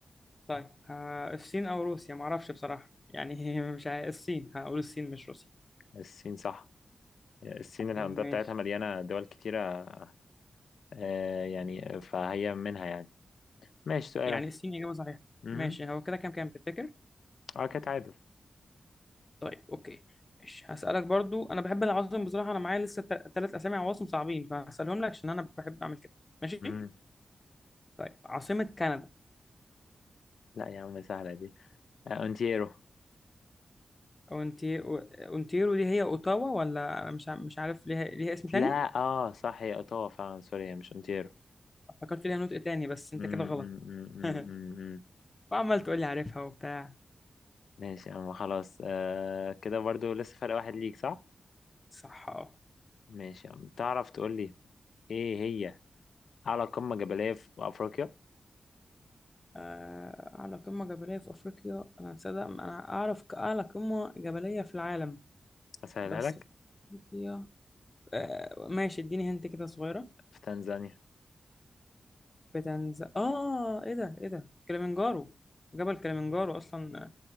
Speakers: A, on the left; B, on the left.
A: طيب آه، الصين او روسيا معرفش بصراحه يعني <laughs> مش عارف الصين هقول الصين مش روسيا
B: الصين صح الصين الهندسة
A: ماشي
B: بتاعتها مليانة دول كتيرة آه يعني فهي منها يعني ماشي سؤالك
A: يعني الصين اجابه صحيحه
B: امم
A: ماشي هو كده كام كام تفتكر
B: اه كده تعادل
A: طيب اوكي ماشي هسالك برضو انا بحب العواصم بصراحه انا معايا لسه ثلاث اسامي عواصم صعبين فهسالهم لك عشان انا بحب اعمل كده ماشي
B: امم
A: طيب عاصمه كندا
B: لا يا عم سهلة دي آه اونتيرو
A: اونتي اونتيرو دي هي اوتاوا ولا أنا مش ع- مش عارف ليها ليها اسم تاني
B: لا اه صح هي اوتاوا فعلا سوري هي مش اونتيرو
A: افتكرت ليها نطق تاني بس انت
B: امم
A: كده غلط
B: أمم، أمم،
A: <laughs>
B: أمم، أمم.
A: وعمال تقول لي عارفها وبتاع
B: ماشي يا عم خلاص آه كده برضو لسه فرق واحد ليك صح
A: صح
B: ماشي يا عم تعرف تقول لي ايه هي اعلى قمة جبلية في افريقيا
A: آه، أعلى قمة جبلية في أفريقيا أنا صدق أنا أعرف ك- أعلى قمة جبلية في العالم
B: اسهلها
A: بس
B: لك
A: أفريقيا آه، ماشي اديني هنت كده صغيرة
B: في تنزانيا
A: في تنز آه إيه ده إيه ده كليمنجارو جبل كليمنجارو أصلا آه،